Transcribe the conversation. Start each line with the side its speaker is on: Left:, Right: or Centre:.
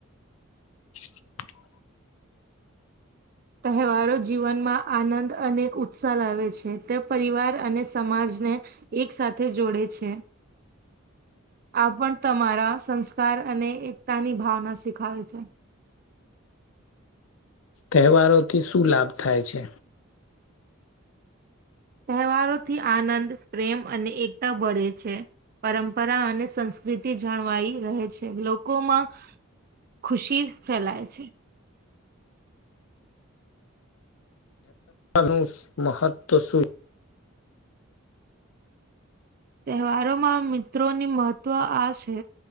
Left: <inaudible>
Right: તહેવારો જીવનમાં આનંદ અને ઉત્સાહ લાવે છે તે પરિવાર અને સમાજને એક સાથે જોડે છે. આ પણ તમારા સંસ્કાર અને એકતાની ભાવના શીખાય છે.
Left: તહેવારોથી શું લાભ થાય છે.
Right: તહેવારોથી આનંદ પ્રેમ અને એકતા બળે છે. પરંપરા અને સંસ્કૃતિ જણવાઈ રહે છે લોકોમાં. ખુશી ફેલાય છે.
Left: એનું મહત્ત્વ શું <unintelligible>
Right: મારા માટે મિત્રોની મહત્વ આ છે,